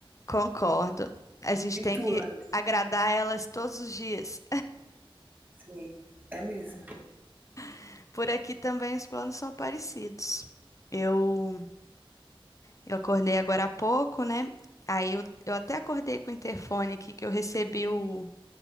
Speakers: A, on the left; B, on the right.
A: Concordo. A gente
B: E
A: tem
B: tu,
A: que
B: Larissa?
A: agradar elas todos os dias.
B: Sim, é mesmo.
A: <laughs> Por aqui também os planos são parecidos. Eu, eu acordei agora há pouco, né? Aí eu, eu até acordei com o interfone aqui que eu recebi o,